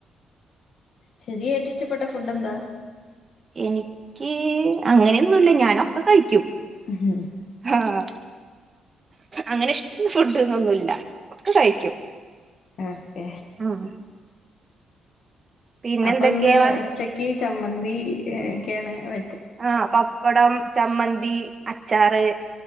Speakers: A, on the left; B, on the right.
A: ചെരിയായിട്ട് ഇഷ്ടപ്പെട്ട ഫുഡ് എന്താ
B: എനിക്ക് അങ്ങനെയൊന്നുംല്ല ഞാനൊക്കെ കഴിക്കും
A: ആഹ
B: ആഹ് അങ്ങനെ ഇഷ്ട ഫുഡ്ന്നൊന്നുല്ല ഒക്കെ കഴിക്കും
A: ആക്കെ
B: ഉം പിന്നെ
A: അപ്പൊന്ന്
B: എന്തൊക്കെയാ
A: ഉച്ചക്ക് ചമ്മന്തിക്കെയാണ് വ
B: ആ പപ്പടം ചമ്മന്തി അച്ചാർ ത്രേ